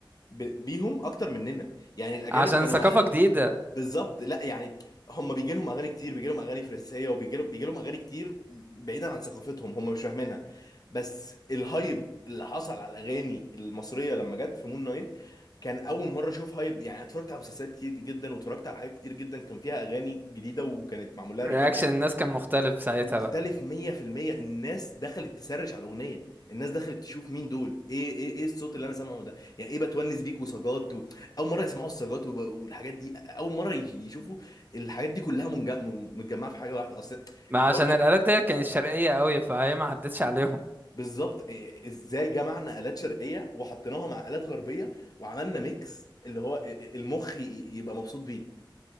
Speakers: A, on the left; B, on the right.
A: ب- بيهم اكتر مننا يعني الاجانب
B: عشان
A: كانوا
B: ثقافة جديدة
A: بالظبط لا يعني هم بيجي لهم اغاني كتير بيجي لهم اغاني فرنسيه وبيجي لهم بيجي لهم اغاني كتير بعيدا عن ثقافتهم هم مش فاهمينها بس الهايب اللي حصل على الاغاني المصريه لما جت في مون نايت كان اول مره اشوف هايب يعني أنا اتفرجت على مسلسلات كتير جدا واتفرجت على حاجات كتير جدا كان فيها اغاني جديده وكانت معمول لها
B: رياكشن
A: ريميكس
B: الناس كان مختلف ساعتها
A: مختلف
B: بقى
A: 100% الناس دخلت تسرش على الاغنيه الناس دخلت تشوف مين دول ايه ايه ايه الصوت اللي انا سامعه ده يعني ايه بتونس بيك وسجات و... اول مره يسمعوا السجات وب... والحاجات دي اول مره ي- يشوفوا الحاجات دي كلها منج... م- متجمعه في حاجه واحده اصل
B: ما
A: احنا
B: عشان
A: برضو
B: الآلات دي كانت شرقية قوي فهي ما عدتش عليهم
A: بالظبط إيه- ازاي جمعنا الات شرقيه وحطيناها مع الات غربيه وعملنا ميكس اللي هو ي- ي- المخ ي- يبقى مبسوط بيه